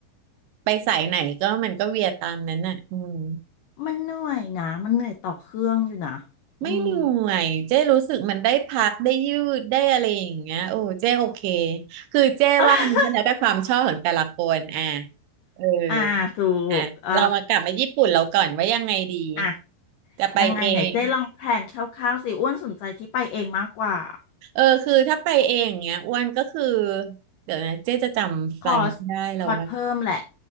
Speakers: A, on the right; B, on the left.
A: ไปสายไหนก็มันก็เวียตามนั้นน่ะอืม
B: มันเหนื่อยนะมันเหนื่อยต่อเครื่องอยู่นะอืม
A: ไม่เหนื่อยเจ้รู้สึกมันได้พักได้ยืดได้อะไรอย่างเงี้ยโอ้เจ้โอเคคือเจ้ว่ามันแล้วแต่ความชอบของแต่ละคนอ่ะ
B: <laughs>
A: เออ
B: อ่าถูกเออ
A: อ่ะเรามากลับมาญี่ปุ่นเราก่อนว่ายังไงดี
B: อ่ะ
A: จะไปเอง
B: ยังไงไหนเจ๊ลองแพลนคร่าวๆสิอ้วนสนใจที่ไปเองมากกว่า
A: เออคือถ้าไปเองเงี้ยอ้วนก็คือเดี๋ยวนะเจ๊จะจำไฟล์ไม่ได้แล้วว่า
B: คอสคอสเพิ่มแหละ